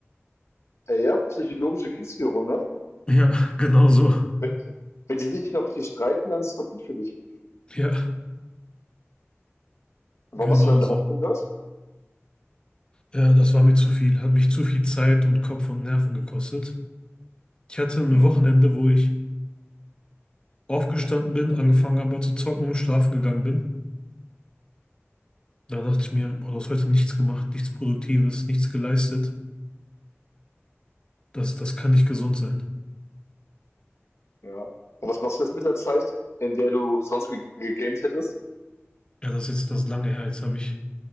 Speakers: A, on the left; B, on the left.
A: Äh, ja, psychologische Kriegsführung, ne?
B: Ja, genau so.
A: Wenn wenn die sich noch richtig streiten, dann ist es doch gut für dich.
B: Ja,
A: Und
B: genau
A: warum hast du damit
B: so.
A: aufgehört?
B: Ja, das war mir zu viel. Hat mich zu viel Zeit und Kopf und Nerven gekostet. Ich hatte ein
A: Hm,
B: Wochenende, wo ich aufgestanden bin, angefangen habe zu zocken, schlafen gegangen bin. Da dachte ich mir, boah, du hast heute nichts gemacht, nichts Produktives, nichts geleistet. Das, das kann nicht gesund sein.
A: ja. Und was machst du jetzt mit der Zeit, in der du sonst ge gegamed hättest?
B: Ja, das ist jetzt das lange her. Jetzt habe ich,